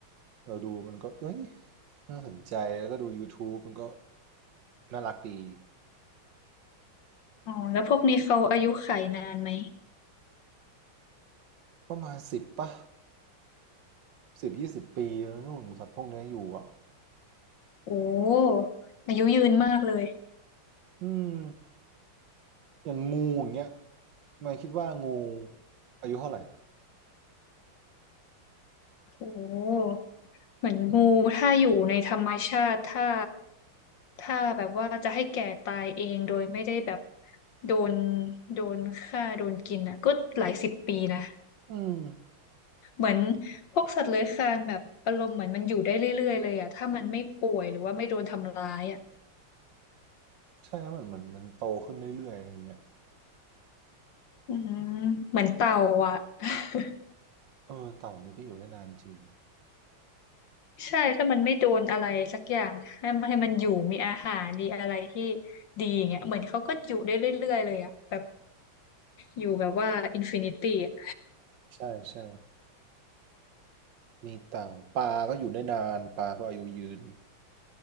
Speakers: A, on the right; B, on the left.
A: เราดูมันก็เอ้ยน่าสนใจแล้วก็ดูยู u t บ e มันก็น่ารักดี
B: อ๋อแล้วพวกนี้เขาอายุขัยนานไหม
A: ประมาณสิบป่ะ สิบยี่สิบปีแล้วนู่นสัตว์พวกนี้อยู่อ่ะ
B: โอ้อายุยืนมากเลย
A: อืมอย่างงูอย่างเงี้ยนายคิดว่างูอายุเท่าไหร่
B: โอ้เหมือนงูถ้าอยู่ในธรรมชาติถ้าถ้าแบบว่าจะให้แก่ตายเองโดยไม่ได้แบบโดนโดนฆ่าโดนกินอ่ะก็หลายสิบปีนะ
A: อืม
B: เหมือนพวกสัตว์เลื้อยคลานแบบอารมณ์เหมือนมันอยู่ได้เรื่อยๆเลยอะถ้ามันไม่ป่วยหรือว่าไม่โดนทำร้ายอะ
A: ใช่หมมันเหมือนมันโตขึ้นเรื่อยๆอะไรอย่างเงี้ย
B: อืมเหมือนเต่าอะ <laughs>
A: เออเต่านี่ก็อยู่ได้นานจริง
B: ใช่ถ้ามันไม่โดนอะไรสักอย่างให้มันให้มันอยู่มีอาหารดีอะไรที่ดีอย่างเงี้ยเหมือนเขาก็อยู่ได้เรื่อยๆเลยอะแบบอยู่แบบว่าอินฟินิตี้อะ
A: ใช่ใช่มีเต่าปลาก็อยู่ได้นานปลาก็อายุยืน